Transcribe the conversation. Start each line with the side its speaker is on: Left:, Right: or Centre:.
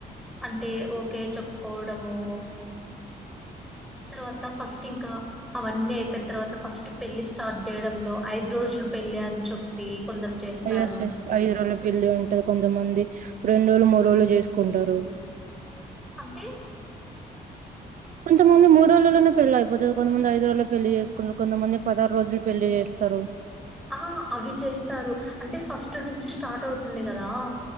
Centre: అంటే ఓకే చెప్పుకోవడము తర్వాత ఫస్ట్ ఇంకా అవన్నీ అయిపోయిన తర్వాత ఫస్ట్ పెళ్లి స్టార్ట్ చేయడంలో ఐదు రోజులు పెళ్లి అని చెప్పి కొందరు చేస్తారు
Right: ఎస్ ఎస్ ఐదు రోజుల పెళ్లి అంటే కొంతమంది రెండు రోజులు మూడు రోజులు చేసుకుంటారు
Centre: అంటే
Right: కొంతమంది మూడు రోజులలోనే పెళ్లి అయిపోతుంది కొంతమంది ఐదు రోజుల్లో పెళ్లి చేసుకుంటారు కొంతమంది పదహారు రోజులు పెళ్లి చేస్తారు
Centre: ఆ అవి చేస్తారు అంటే ఫస్ట్ నుంచి స్టార్ట్ అవుతుంది కదా